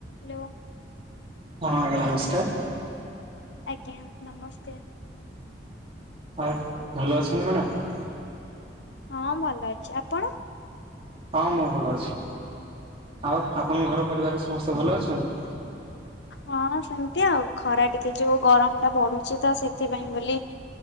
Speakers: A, on the left (about 75°); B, on the right (about 30°).
A: Hello.
B: ହଁ ଆଜ୍ଞା ନମସ୍କାର।
A: ଆଜ୍ଞା ନମସ୍କାର।
B: ଆଉ ଭଲ ଅଛନ୍ତି ମ୍ୟାଡ଼ମ?
A: ହଁ ଭଲ ଅଛି, ଆପଣ?
B: ହଁ ମୁଁ ଭଲ ଅଛି, ଆଉ ଆପଣଙ୍କ ଘର ପରିବାର ସମସ୍ତେ ଭଲ ଅଛନ୍ତି?
A: ହଁ ସେମିତି ଆଉ, ଖରା ଟିକେ ଯୋଉ ଗରମ ଟା ବଢୁଛି ତ ସେଥିପାଇଁ ବୋଲି